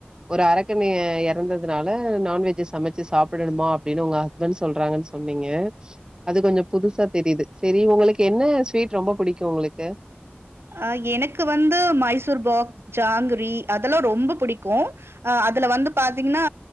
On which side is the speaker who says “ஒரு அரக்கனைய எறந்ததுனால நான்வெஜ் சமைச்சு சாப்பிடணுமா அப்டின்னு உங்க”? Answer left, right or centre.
Right